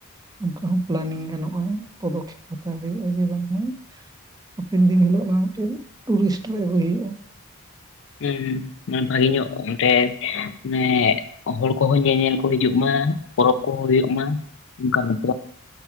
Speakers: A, on the right; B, on the left.
A: ᱱᱚᱚᱱᱠᱟ ᱦᱚᱸ ᱯᱞᱮᱱᱤᱝ ᱜᱟᱱᱚᱜᱼᱟ ᱯᱚᱫᱚᱠᱷᱮᱯ ᱦᱟᱛᱟᱣ ᱦᱩᱭᱩᱜᱼᱟ ᱡᱮ ᱵᱟᱝᱢᱟ ᱦᱟᱯᱮᱱ ᱫᱤᱱ ᱦᱤᱞᱳᱜ ᱚᱱᱟ ᱢᱤᱫᱴᱮᱱ ᱴᱩᱨᱤᱥᱴ ᱨᱮ ᱟᱹᱜᱩᱭ ᱦᱩᱭᱩᱜᱼᱟ
B: ᱦᱩᱸ ᱦᱩᱸ ᱢᱟᱱᱮ ᱵᱷᱟᱜᱮ ᱧᱚᱜ <unintelligible> ᱜᱚᱝᱠᱮ ᱢᱟᱱᱮ ᱦᱚᱲ ᱠᱚᱦᱚᱸ ᱧᱮᱧᱮᱞ ᱠᱚ ᱦᱤᱡᱩᱜ ᱢᱟ ᱯᱚᱨᱚᱵ ᱠᱚᱦᱚᱸ ᱦᱩᱭᱩᱜ ᱢᱟ ᱚᱱᱠᱟ ᱧᱚᱜ